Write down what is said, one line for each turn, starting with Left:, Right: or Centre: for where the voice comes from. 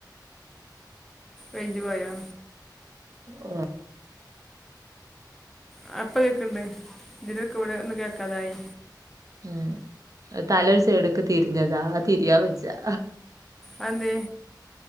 Centre: റൈഞ്ച് പൊയോ
Right: ഓ
Centre: അഹ് ഇപ്പ കേക്ക്ണ്ട് ഇതിലട്ക്ക് വടെ ഒന്നും കേക്കാതായി.
Right: ഉം അത് തല ഒരു സൈഡ്ക്ക് തിര്ഞ്ഞതാ അത് തിരിയാ വെജ്ജാ
Centre: അഹ് ന്തെ